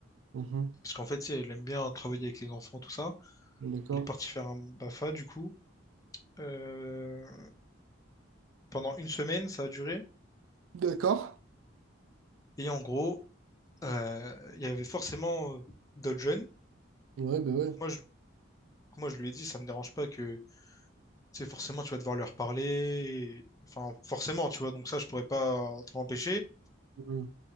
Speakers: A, on the right; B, on the left.
A: mhm,
B: parce qu'en fait, tu sais, elle aime bien travailler avec les enfants, tout ça.
A: D'accord.
B: Elle est partie faire un BAFA, du coup. Euh, pendant une semaine, ça a duré.
A: D'accord.
B: Et en gros, euh, il y avait forcément euh, d'autres jeunes.
A: Ouais, ben ouais.
B: Moi, je, moi, je lui ai dit, ça me dérange pas que tu sais, forcément, tu vas devoir leur parler. Enfin, forcément, tu vois. Donc ça, je pourrais pas t'en empêcher.
A: mhm,